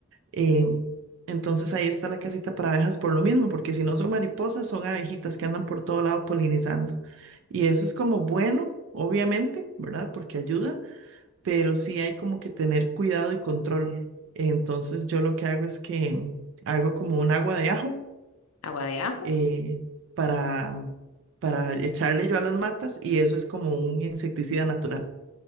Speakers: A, on the right; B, on the left.
A: Em, entonces ahí está la casita para abejas por lo mismo, porque si no son mariposas, son abejitas que andan por todo lado polinizando. Y eso es como bueno, obviamente, ¿verdad? Porque ayuda, pero sí hay como que tener cuidado y control. Entonces yo lo que hago es que hago como un agua de ajo
B: Agua de ajo.
A: eh, para, para echarle yo a las matas y eso es como un insecticida natural